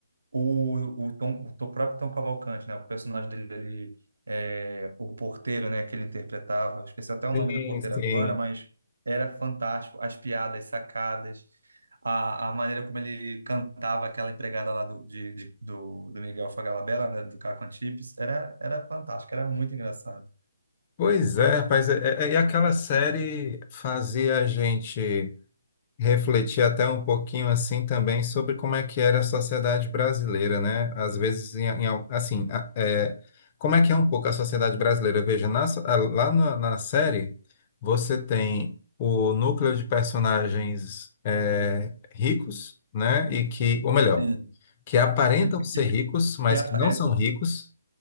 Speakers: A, on the right; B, on the left.
A: o, o, Tom, o Tom- próprio Tom Cavalcante, né? O personagem dele, ele, é, o porteiro, né? Que ele interpretava. Esqueci até o
B: sim,
A: nome do porteiro
B: sim.
A: agora, mas era fantástico. As piadas, sacadas, a, a maneira como ele cantava aquela empregada lá do, de, de- do, do Miguel Falabella, né? Do Caco Antibes, era, era fantástico, era muito engraçado.
B: Pois é, rapaz. é- é- é, E aquela série fazia a gente. refletir até um pouquinho assim também sobre como é que era a sociedade brasileira, né? Às vezes, em- em al- assim, a- é, como é que é um pouco a sociedade brasileira? Veja, na so- a- lá na, na série, você tem o núcleo de personagens é, ricos, né? E que, ou melhor,
A: Sim.
B: que aparentam
A: <laughs>
B: ser
A: Que
B: ricos, mas
A: piada,
B: que não são ricos,